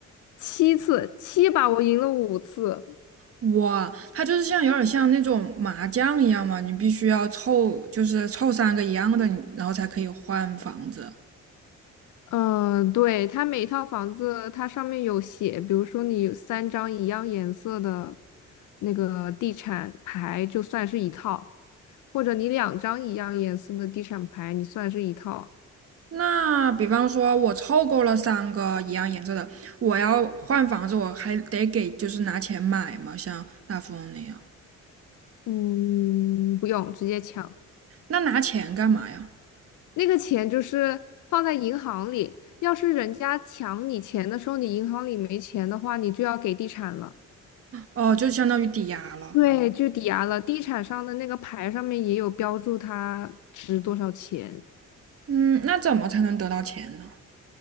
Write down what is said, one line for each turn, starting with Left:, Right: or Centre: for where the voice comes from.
Left: 七次，七把我赢了五次。
Right: 哇，它就是像有点像那种麻将一样嘛，你必须要凑，就是凑三个一样的，你然后才可以换房子。
Left: 嗯，呃对，它每一套房子，它上面有写，比如说你有三张一样颜色的那个地产牌，就算是一套；或者你两张一样颜色的地产牌，你算是一套。
Right: 那比方说，我凑够了三个一样颜色的，我要换房子，我还得给就是拿钱买嘛，像大富翁那样。
Left: 嗯，不用，直接抢。
Right: 那拿钱干嘛呀？
Left: 那个钱就是放在银行里，要是人家抢你钱的时候，你银行里没钱的话，你就要给地产了。
Right: 哦，就相当于抵押了。
Left: 对，就抵押了。地产上的那个牌上面也有标注它值多少钱。
Right: 嗯，那怎么才能得到钱呢？